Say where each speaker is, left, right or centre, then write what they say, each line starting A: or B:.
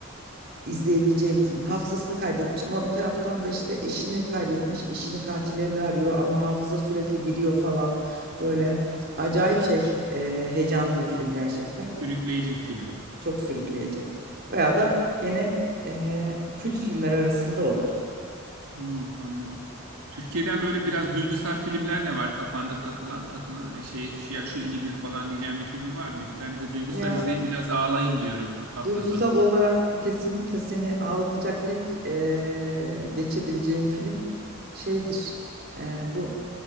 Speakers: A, on the right; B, on the right.
A: izleyebileceğim bir film hafızasını kaybetmiş ama bir taraftan da işte eşini kaybetmiş eşini katillerini arıyor ama hafıza sürekli gidiyor falan böyle acayip şey e, heyecanlı bir film gerçekten.
B: Sürükleyici bir film.
A: Çok sürükleyici. Bayağı da gene eee kült filmler arasında o da.
B: Hı, anladım. Türkiye'den böyle biraz duygusal filmler ne var kafanda takılan takılan e, şey şu- ya şu iyidir falan diyeceğim bir film var mı? Bir tane de duygusal
A: Ya
B: izleyeyim biraz ağlayayım diyorum hafta
A: duygusal
B: sonu.
A: olarak kesinlikle seni ağlatacak tek eee geçebileceğim film şeydir. Eee, bu